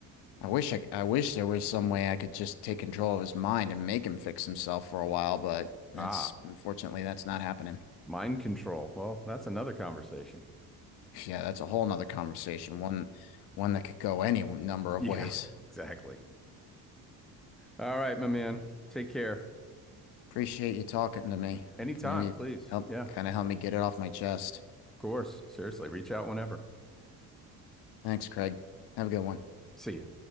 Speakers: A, on the left (about 60°); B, in the centre.
A: I wish I, I wish there was some way I could just take control of his mind and make him fix himself for a while, but
B: Ah,
A: that's, unfortunately, that's not happening. <laughs>
B: mind control. Well, that's another conversation.
A: Yeah, that's a whole nother conversation, one, one that could go any number of
B: Yeah,
A: ways.
B: <laughs> exactly. All right, my man. Take care.
A: Appreciate you talking to me.
B: Anytime,
A: Maybe
B: please.
A: help,
B: Yeah, of
A: kind of help me get it off my chest.
B: course. Seriously, reach out whenever.
A: Thanks, Craig. Have a good one.
B: See ya.